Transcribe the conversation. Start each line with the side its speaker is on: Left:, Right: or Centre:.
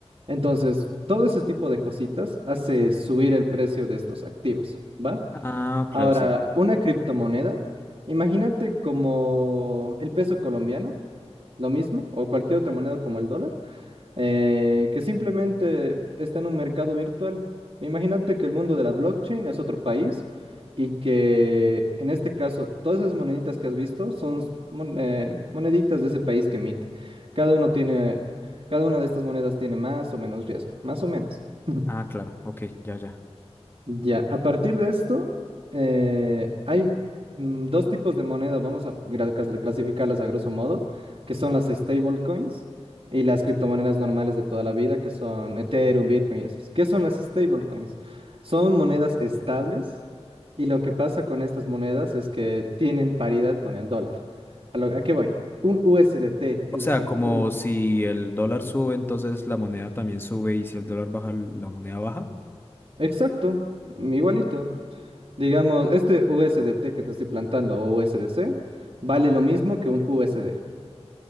Right: Entonces, todo ese tipo de cositas hace subir el precio de estos activos, ¿va?
Left: Ah, claro,
Right: Ahora,
Left: sí entiendo.
Right: una criptomoneda, imagínate como el peso colombiano, lo mismo, o cualquier otra moneda como el dólar, eh, que simplemente está en un mercado virtual. Imagínate que el mundo de la blockchain es otro país y que en este caso todas esas moneditas que has visto son s- mon- eh, moneditas de ese país que emite. Cada uno tiene, cada una de estas monedas tiene más o menos riesgo, más o menos. <laughs>
Left: Ah, claro, ok, ya, ya.
Right: Ya, a partir de esto, eh, hay mm, dos tipos de moneda, vamos a gra- clas- clasificarlas a grosso modo, que son las stablecoins y las criptomonedas normales de toda la vida, que son Ethereum, Bitcoin y esas. ¿Qué son las stablecoins? Son monedas estables y lo que pasa con estas monedas es que tienen paridad con el dólar. ¿A, lo- a qué voy? Un USDT,
Left: O
Right: es
Left: sea,
Right: decir,
Left: como
Right: uno.
Left: si el dólar sube, entonces la moneda también sube y si el dólar baja, la moneda baja.
Right: Exacto, igualito. Digamos, este USDT que te estoy plantando o USDC vale lo mismo que un USD.